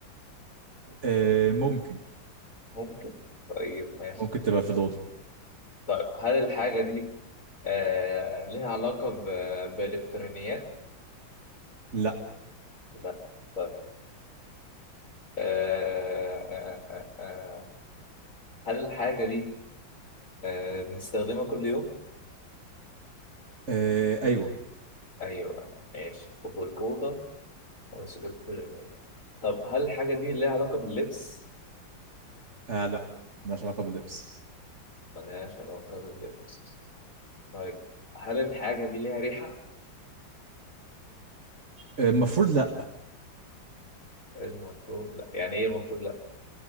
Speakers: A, on the right; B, on the left.
A: آه، ممكن
B: ممكن طيب ماشي
A: ممكن تبقى في الاوضه
B: طيب هل الحاجه دي آه ليها علاقه ب- بالالكترونيات
A: لا
B: لا طيب. آه، آه، آه، آه. آه، هل الحاجة دي آه، بنستخدمها كل يوم؟
A: آه ايوه
B: أيوه ماشي وفي الأوضة وسجلت طب هل الحاجة دي ليها علاقة باللبس؟
A: آه لا ملهاش علاقه باللبس
B: ملهاش علاقة باللبس طيب هل الحاجة دي ليها ريحة؟
A: آه، المفروض لا
B: المفروض لأ يعني إيه المفروض لأ؟